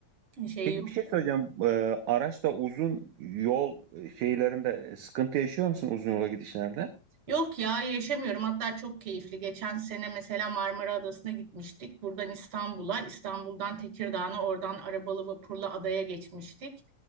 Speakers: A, on the right (about 40°); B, on the right (about 65°).
A: Şey
B: Peki
A: yok.
B: bir şey söyleyeceğim. E, araçta uzun yol şeylerinde sıkıntı yaşıyor musun uzun yola gidişlerde?
A: Yok ya yaşamıyorum. Hatta çok keyifli. Geçen sene mesela Marmara Adası'na gitmiştik. Buradan İstanbul'a, İstanbul'dan Tekirdağ'a, oradan arabalı vapurla adaya geçmiştik.